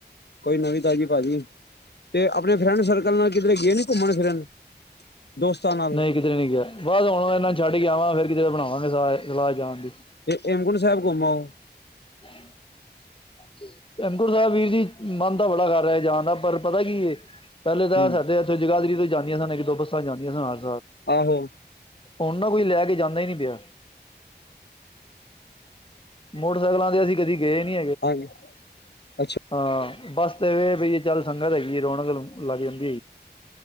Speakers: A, on the left (about 70°); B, on the left (about 30°).
A: ਕੋਈ ਨਵੀਂ ਤਾਜ਼ੀ ਭਾਜੀ। ਤੇ ਅਪਣੇ ਫਰੈਂਡ ਸਰਕਲ ਨਾਲ ਕਿਧਰੇ ਗਏ ਨੀ ਘੁੰਮਣ ਫਿਰਨ, ਦੋਸਤਾਂ ਨਾਲ।
B: ਨਹੀਂ ਕਿਧਰੇ ਨਹੀਂ ਗਿਆ ਬਸ ਹੁਣ ਇਹਨਾਂ ਨੂੰ ਛੱਡ ਕੇ ਆਵਾਂ ਫਿਰ ਕਿਧਰੇ ਬਣਾਵਾਂਗੇ ਸਲਾਹ ਏ ਜਾਣ ਦੀ
A: ਤੇ ਹੇਮਕੁੰਟ ਸਾਹਿਬ ਘੁੰਮ ਆਓ।
B: <inaudible> ਹੇਮਕੁੰਟ ਸਾਹਿਬ ਵੀਰ ਜੀ ਮਨ ਤਾਂ ਬੜਾ ਕਰ ਰਿਹਾ ਜਾਣ ਦਾ ਪਰ ਪਤਾ ਕੀ ਹੈ ਪਹਿਲੇ ਤਾਂ
A: ਹੂੰ
B: ਸਾਡੇ ਇੱਥੇ ਜਗਾਦਰੀ ਤੋਂ ਜਾਂਦੀਆਂ ਸਨ ਇੱਕ ਦੋ ਬੱਸਾਂ ਜਾਂਦੀਆਂ ਸ ਨਾਲ
A: ਆਹੋ
B: ਉਹਨਾਂ ਕੋਈ ਲੈ ਕੇ ਜਾਂਦਾ ਹੀ ਨਹੀਂ ਪਿਆ ਮੋਟਰਸਾਈਕਲਾਂ ਤੇ ਅਸੀਂ ਕਦੀ ਗਏ ਨੀ
A: ਹਾਂਜੀ ਅੱਛਾ
B: ਹਾਂ ਬਸ ਅਤੇ ਇਹ ਬਈ ਚੱਲ ਸੰਗਤ ਹੈੱਗੀ ਰੋਣ ਗੱਲ ਨੂੰ ਲਗਨ ਜ